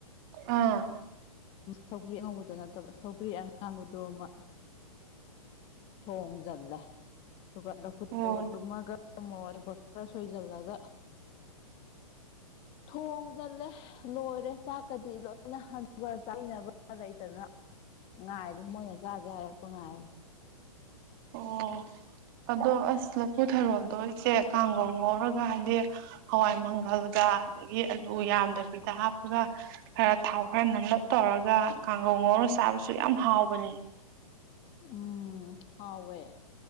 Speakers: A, on the right (about 35°); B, on the left (about 30°).
A: ꯑꯥ
B: ꯁꯧꯒ꯭ꯔꯤ ꯑꯉꯧꯕꯗꯣ ꯅꯠꯇꯕ ꯁꯧꯒ꯭ꯔꯤ ꯑꯉꯥꯡꯕꯗꯣ ꯑꯃ ꯊꯣꯡꯖꯤꯜꯂꯦ ꯑꯗꯨꯒ ꯂꯐꯨꯠ
A: ꯑꯣ
B: ꯇꯔꯨ ꯇꯨꯝꯃꯒ ꯇꯃꯣꯔ ꯑꯇꯄ ꯈꯔ ꯁꯣꯏꯁꯤꯜꯂꯒ ꯊꯣꯡ ꯆꯜꯂꯦ ꯂꯣꯏꯔꯦ ꯆꯥꯛꯀꯗꯤ ꯂꯣꯏꯅ ꯍ ꯑꯗꯨꯒ ꯆꯥꯃꯤꯕꯗꯩꯇꯅ ꯉꯥꯏꯔꯦ ꯃꯣꯏꯅ ꯆꯥꯗꯦ ꯍꯥꯏꯔꯛꯄ ꯉꯥꯏꯔꯦ
A: ꯑꯣ ꯑꯗꯣ ꯑꯂ ꯀꯊꯔꯣꯗꯣ ꯏꯆꯦ ꯀꯥꯡꯈꯧ ꯉꯧꯔꯒ ꯍꯥꯏꯗꯤ ꯍꯋꯥꯏ ꯃꯪꯒꯜꯒ ꯑꯗꯒꯤ ꯑꯂꯨ ꯌꯥꯝꯗꯕꯤꯗ ꯍꯥꯞꯄꯒ ꯈꯔ ꯊꯥꯎ ꯈꯔ ꯅꯝꯂꯞ ꯇꯧꯔꯒ ꯀꯥꯡꯒꯧ ꯉꯧꯔ ꯆꯥꯕꯁꯨ ꯌꯥꯝ ꯍꯥꯎꯕꯅꯤ
B: ꯎꯝ ꯍꯥꯎꯋꯦ